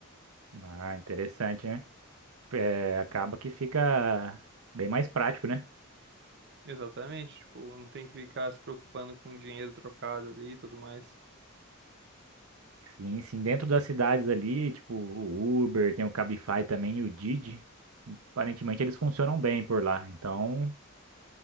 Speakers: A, on the right (about 85°); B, on the right (about 55°).
A: Ah, interessante, né? É, acaba que fica bem mais prático, né?
B: Exatamente, tipo, não tem que ficar se preocupando com dinheiro trocado ali e tudo mais.
A: Sim, sim. Dentro das cidades ali, tipo o Uber, tem o Cabify também e o Didi. Aparentemente eles funcionam bem por lá. Então